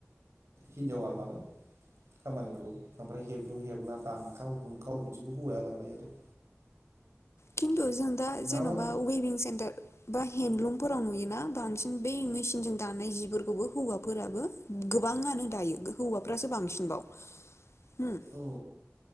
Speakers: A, on the right; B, on the left.
A: हिनजावा लाबाय खामानिखौ ओमफ्राय हेब्लु हेबला दानखाव दुनखाव बिदि बेखौ हौवाया लाबाय आरो।
B: खिन्थु जों दा
A: नङाबा
B: जेन'बा वं सेर ब हेन्दन्दलुमफोराव नुयोना, बांसिन बै मेसििनजों दानाय जिफोरखौबो हौवाफोराबो गोबाङानो दायो हौवाफ्रासो बांसिन बाव। हम।
A: औ